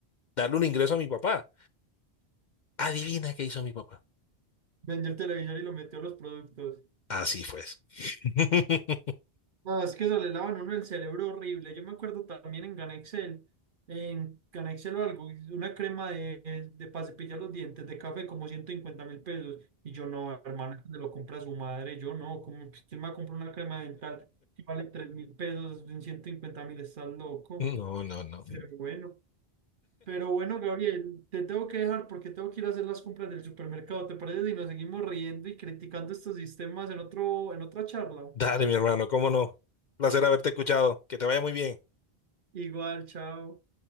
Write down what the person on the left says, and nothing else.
darle un ingreso a mi papá. Adivina qué hizo mi papá.
Así fue. <laughs>
No, no, no.
Dale, mi hermano, cómo no. Placer haberte escuchado. Que te vaya muy bien.